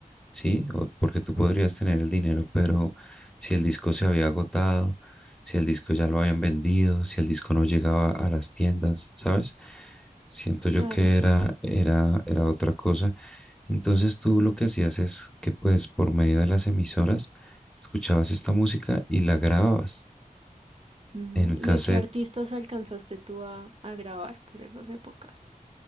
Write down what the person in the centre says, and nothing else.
¿sí? O porque tú podrías tener el dinero, pero si el disco se había agotado, si el disco ya lo habían vendido, si el disco no llegaba a las tiendas, ¿sabes? Siento yo
que era, era, era otra cosa. Entonces tú lo que hacías es que pues por medio de las emisoras escuchabas esta música y la grababas
en cassette